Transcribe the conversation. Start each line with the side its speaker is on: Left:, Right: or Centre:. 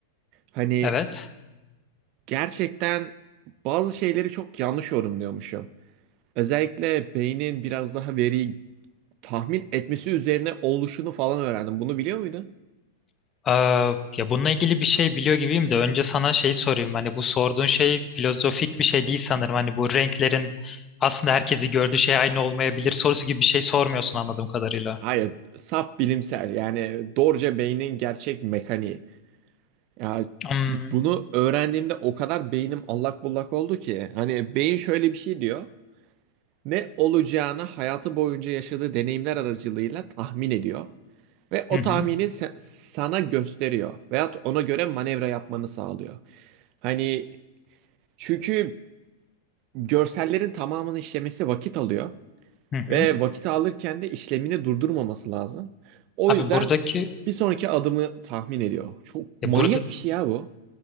Right: Hani
Left: Evet.
Right: gerçekten bazı şeyleri çok yanlış yorumluyormuşum. Özellikle beynin biraz daha veriyi tahmin etmesi üzerine oluşunu falan öğrendim. Bunu biliyor muydun?
Left: Ee, ya bununla ilgili bir şey biliyor gibiyim de önce sana şey sorayım. Hani bu sorduğun şey filozofik bir şey değil sanırım. Hani bu renklerin aslında herkesi gördüğü şey aynı olmayabilir sorusu gibi bir şey sormuyorsun anladığım kadarıyla.
Right: Hayır, saf bilimsel yani doğruca beynin gerçek mekaniği. Ya
Left: Hmm,
Right: bunu öğrendiğimde o kadar beynim allak bullak oldu ki hani beyin şöyle bir şey diyor. Ne olacağını hayatı boyunca yaşadığı deneyimler aracılığıyla tahmin ediyor ve o
Left: Hı hı.
Right: tahmini se- sana gösteriyor veyahut ona göre manevra yapmanı sağlıyor. Hani çünkü görsellerin tamamını işlemesi vakit alıyor.
Left: Hı hı.
Right: Ve vakit alırken de işlemini durdurmaması lazım. O
Left: Abi
Right: yüzden
Left: buradaki
Right: bir sonraki adımı tahmin ediyor. Çok
Left: ya
Right: manyak
Left: burada
Right: bir şey ya bu.